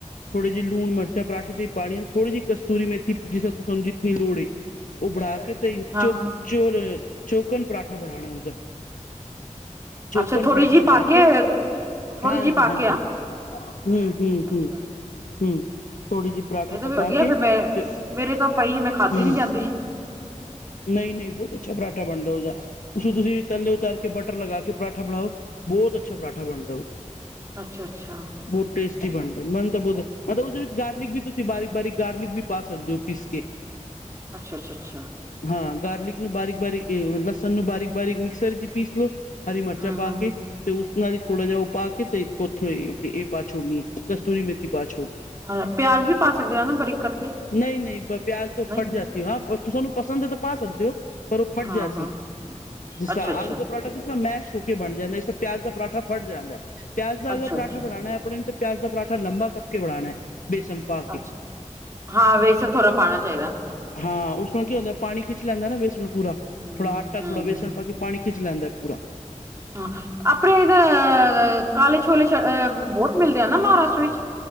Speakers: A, on the left (about 80°); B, on the right (about 25°).
A: ਥੋੜੇ ਜਿ ਲੂਨ ਮਰਚਾਂ ਪਰਾਠੇ ਤੇ ਈ ਪਾਣੀਐ, ਥੋੜੀ ਜਿ ਕਸਤੂਰੀ ਮੇਥੀ ਜਿਸਰਾ ਤੁਆਨੂੰ ਜਿਤਨੀ ਲੋੜ ਏ। ਓ ਬਣਾ ਕੇ ਤੇਈਨ,
B: ਹਾਂ
A: ਚੋ
B: ਹਾਂ
A: ਚੋਰ ਚੋਕਨ ਪਰਾਂਠਾ ਬਣਾਣੈ ਉਦਾ। ਚੋਕਨ
B: ਅੱਛਾ ਥੋੜ੍ਹੀ
A: ਪਰਾਂਠਾ
B: ਜਿਹੀ
A: ਬਣਾ
B: ਪਾ
A: ਕੇ,
B: ਥੋੜ੍ਹੀ
A: ਹਾਂਜੀ-ਹਾਂਜੀ।
B: ਜਿਹੀ ਪਾ ਕੇ ਆ
A: ਹੂੰ-ਹੂੰ,
B: ਅੱਛਾ
A: ਹੂੰ-ਹੂੰ ਥੋੜੀ ਜੀ ਪਰਾਂਠਾ
B: ਇਹ ਤਾਂ
A: ਪਕਾ
B: ਵਧੀਆ
A: ਕੇ,
B: ਫ ਮੇ
A: ਤੇ ਹੂੰ
B: ਮੇਰੇ ਤਾਂ ਪਈ ਮੈਂ ਖਾਧੀ ਨੀ ਜਾਂਦੀ
A: ਨਈ-ਨਈ ਬੋਤ ਅੱਛਾ ਪਰਾਂਠਾ ਬਣਦੈ ਉਦਾ। ਉਸੂੰ ਤੁਸੀ ਤੱਲੇ ਉਤਾਰ ਕੇ, ਬਟਰ ਲਗਾ ਕੇ ਪਰਾਂਠਾ ਬਣਾਓ ਬੋਤ ਅੱਛਾ ਪਰਾਂਠਾ ਬਣਦੈ ਉ।
B: ਅੱਛਾ-ਅੱਛਾ।
A: ਬੋਤ ਟੇਸਟੀ ਬਣਦੈ, ਮੈਨੰ ਤਾ ਬੋਤ ਮਤਲ ਉਸਦੇ ਵਿੱਚ ਗਾਰਲਿਕ ਵੀ ਤੁਸੀ ਬਾਰੀਕ-ਬਾਰੀਕ ਗਾਰਲਿਕ ਵੀ ਪਾ ਸਕਦੇ ਓ ਪੀਸ ਕੇ।
B: ਅੱਛਾ-ਅੱਛਾ, ਅੱਛਾ।
A: ਹਾਂ, ਗਾਰਲਿਕ ਨੂੰ ਬਾਰੀਕ-ਬਾਰੀਕ, ਲਸਨ ਨੂੰ ਬਾਰੀਕ-ਬਾਰੀਕ ਮਿਕਸਰ ਇੱਚ ਈ ਪੀਸ ਲੋ। ਹਰੀ ਮਿਰਚਾਂ
B: ਹੂੰ
A: ਪਾ ਕੇ, ਤੇ ਉਸ ਨਾਲ ਹੀ ਥੋੜਾ ਜਿਹਾ ਉਹ। ਪਾ ਕੇ ਤੇ ੳਥੋਂ ਹੀ ਪਾ ਨੀ ਕਸਤੂਰੀ ਮੇਥੀ ਬਾ ਚੋ।
B: ਹ ਪਿਆਜ ਵੀ ਪਾ ਸਕਦੇ ਨਾ ਬਰੀਕ ਕੱਟ ਕੇ।
A: ਨਹੀਂ - ਨਹੀਂ ਬ ਪਿਆਜ ਤੋਂ
B: ਨਹੀਂ
A: ਫਟ ਜਾਂਤੀ ਹ, ਹਾਂ ਤਾਨੂੰ ਪਸੰਦ ਹੈ ਤਾਂ ਪਾ ਸਕਦੇ ਹੋ। ਪਰ ਉਹ ਫਟ
B: ਹਾਂ
A: ਜਾਤੀ
B: ਹਾਂ
A: ਜਿਸ
B: ਅੱਛਾ
A: ਤਰਾਂ
B: ਅੱਛਾ
A: ਆਲੂ ਦਾ ਪਰਾਂਠਾ ਜਿਸ ਤਰਾਂ ਮੈਸ਼ ਹੋ ਕੇ ਬਣ ਜਾਂਦਾ ਇਸ ਤਰ। ਪਿਆਜ਼ ਦਾ ਪਰਾਂਠਾ ਫਟ ਜਾਂਦਾ ਹੈ, ਪਿਆਜ਼ ਦਾ
B: ਅੱਛਾ
A: ਅਗਰ ਪਰਾਂਠਾ
B: ਅੱਛਾ
A: ਬਨਾਨਾ ਹੈ, ਆਪਣੇ ਤੇ ਪਿਆਜ਼ ਦਾ ਪਰਾਂਠਾ ਲੰਬਾ। ਪੱਕੇ ਬਣਾਨੇ ਬੇਸਣ ਪਾ ਕੇ।
B: ਅੱਛਾ ਹਾਂ ਵੇਸਣ ਥੋੜਾ ਪਾਣਾ ਚਾਹੀਦਾ
A: ਹਾਂ ਉਸ ਨਾਲ ਕੀ ਹੁੰਦਾ, ਪਾਣੀ ਖਿੱਚ ਲੈਂਦਾ ਨਾ ਵੇਸਣ ਪੂਰਾ।
B: ਹੂੰ
A: ਥੋੜਾ ਆਟਾ
B: ਹੂੰ
A: ਥੋੜਾ ਬੇਸਣ ਪਾ ਕੇ, ਪਾਣੀ ਖਿੱਚ ਲੈਂਦਾ ਪੂਰਾ।
B: ਹਾਂ ਆਪਣੇ ਇਧੱਰ ਅ ਅ ਕਾਲੇ ਛੋਲੇ ਛਾਲੇ ਅ ਬਹੁਤ। ਮਿਲਦੇ ਆ ਨਾ ਮਹਾਰਾਸ਼ਟਰ ਵਿੱਚ